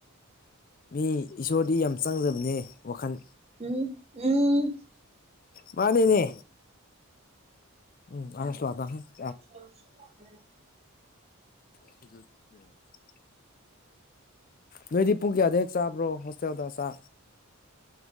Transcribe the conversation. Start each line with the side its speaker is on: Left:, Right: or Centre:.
Left: ꯃꯤ ꯏꯁꯣꯔꯗꯤ ꯌꯥꯝ ꯆꯪꯖꯕꯅꯦ ꯋꯥꯈꯟ
Right: ꯎꯝ ꯎꯝ
Left: ꯃꯥꯅꯤꯅꯦ ꯎꯝ <unintelligible>
Right: <unintelligible>
Left: <unintelligible> ꯅꯣꯏꯗꯤ ꯄꯨꯡ ꯀꯌꯥꯗꯩ ꯆꯥꯕ꯭ꯔꯣ ꯍꯣꯁꯇꯦꯜꯗ ꯆ